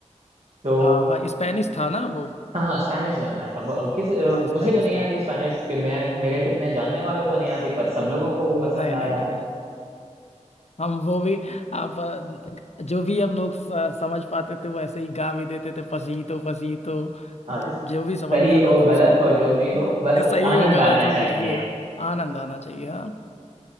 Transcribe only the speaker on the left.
हाँ हाँ स्पेनिश था ना वो
हाँ
स्पेनिश
था
नहीं
नहीं नहीं नहीं हम वो भी आप अ, जो भी हम लोग स- समझ पाते थे वो ऐसे ही गा भी देते थे पसीतो पसीतो
जो भी समझ
में आता
था
उसको
ग-
सही
हो गलत
हो
कुछ भी हाँ आनंद आना चाहिए हाँ